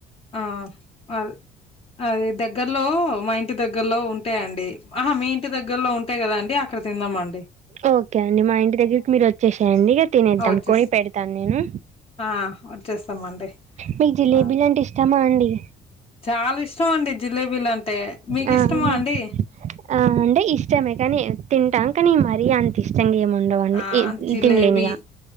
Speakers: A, on the left; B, on the right.
A: ఆ అల్ అది దగ్గర్లో మా ఇంటి దగ్గ దగ్గరలో ఉంటాయ్ అండి ఆహా మీ ఇంటి దగ్గరలో ఉంటాయి కదా అండి అక్కడ తిందాము అండి
B: ఓకే అండి మా ఇంటి దగ్గరికి మీరు వచ్చేసేయండి తినేద్దాం
A: ఆ వచ్చేస్తాం
B: కొని పెడతాను నేను
A: ఆ వచ్చేస్తామండి
B: మీకు జిలేబీలు
A: ఆ
B: అంటే ఇష్టమా అండి
A: చాలా ఇష్టం అండి జిలేబీలు అంటే మీకు
B: ఆ!
A: ఇష్టమా
B: అవునా?
A: అండి
B: ఆ అంటే ఇష్టమే కానీ తింటాం కానీ మరీ అంత ఇష్టంగా ఏమో ఉండవు అని
A: ఆ జిలేబీ
B: తినలేను ఇగ